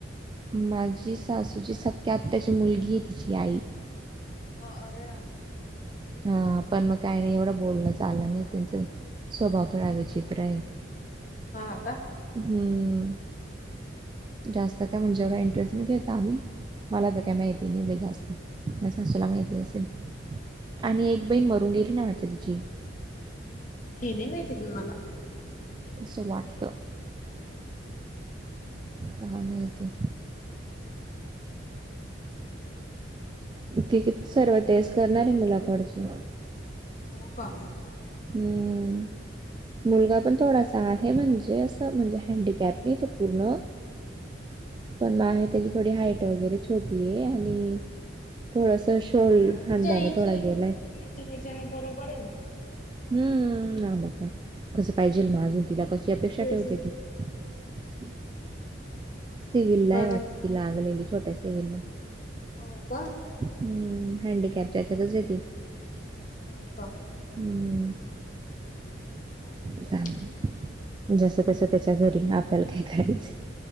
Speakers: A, on the right; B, on the left.
A: माझी सासूची सख्या आत्याची मुलगी आहे तिची आई-
B: <unintelligible>
A: हा पण मग काही नाही एवढं बोलणं चाललं नाही त्यांचं- स्वभाव थोडा विचित्र
B: हा का
A: हम्म. जास्त काय म्हणजे एवढा इंटरेस्ट नाही घेता आम्ही- मला तर काय माहिती नाही बाई जास्त मा़्या सासूला माहिती असेल. आणि एक बहीण मरून गेली ना वाटत तिची.
B: हे नाही माहिती बई मला.
A: असं वाटत. काय माहिती. ती सर्व तेच करणारै मुलाकडचे-
B: हो का?
A: हम्म मुलगा
B: चांगलं
A: पण थोडासा- आहे म्हणजे असं म्हणजे हँडीकॅप नाही तो पूर्ण- पण आहे त्याची थोडी हाईट वगैरे छोटी आहे आणि- थोडास शोल
B: हा इच्या
A: खांद्याने
B: इच्या
A: थोडा गेलाय.
B: <unintelligible> बरोबर ये ना
A: हम्म न मग काय कसं पाहिजेल म अजून तिला कशी अपेक्षा
B: तेच
A: ठेवते
B: ना
A: ती हम् सिविलाय
B: बरोबर
A: वाटत ती लागलेली छोट्या सिविलला
B: हो का?
A: हम्म हँडीकॅपच्याच्यातच ये ती
B: हो का?
A: हम्म
B: काय म्हणते
A: जाऊ
B: अजून
A: दे जस तसं त्याच्या घरी आपल्याला काय करायचय